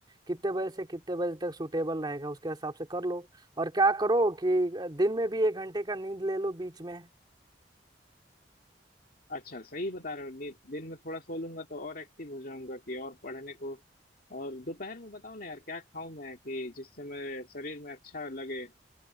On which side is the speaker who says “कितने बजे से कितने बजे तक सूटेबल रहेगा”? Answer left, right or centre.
Right